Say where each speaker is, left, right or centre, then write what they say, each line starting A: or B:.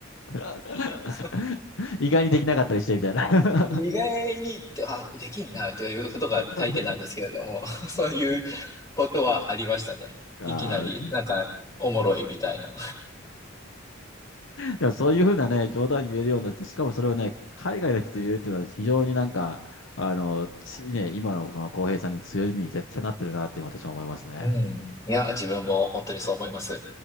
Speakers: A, on the left; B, on the left.
A: <laughs>
B: <laughs> そう
A: 意外にできなかったりしてみたいな。
B: 意外にって、あ、できんな、ということが大抵なんですけれども、
A: <laughs>
B: <laughs> そういうことはありましたね。
A: あー
B: いきなり、なんか、おもろいみたいな。
A: でもそういうふうなね、冗談言えるようになって、しかもそれをね、海外の人と言えるっていうのは非常になんか、あの、つね、今のその浩平さんの強みに絶対なってるなって私は思いますね。
B: うん。いや、自分も本当にそう思います。